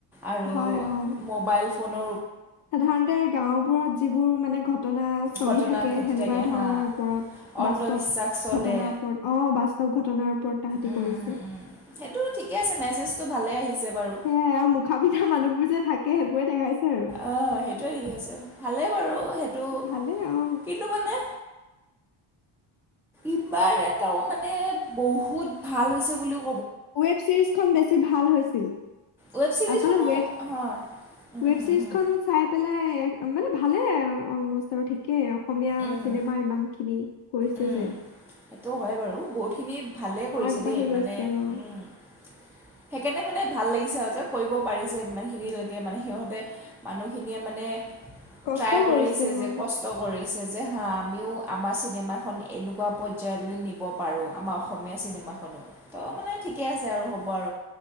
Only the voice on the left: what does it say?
হয় অ
সাধাৰণতে গাওবোৰত যিবোৰ মানে ঘটনা চলি
থাকে
সেনেকুৱা
ধৰণৰ
ওপৰত।
বাস্তৱ
ঘটনাৰ ওপৰত অ বাস্তৱ ঘটনাৰ ওপৰত তাহাঁতি
কৰিছে
সে মুখা পিধা মানুহবোৰ যে থাকে সেইবোৰে দেখাইছে আৰু
ভালে অ
ৱেব ছিৰিজখন বেছি ভাল হৈছিল
আচল ৱেব
ৱেব
চিৰিজ
খ চাই পেলাই মানে ভালেই অলম'ষ্ট আৰু ঠিকেই অসমীয়া
চিনেমা ইমান খিনি কৈছে
যে
আগবাঢ়ি
গৈছে
অ'
কষ্ট
অ'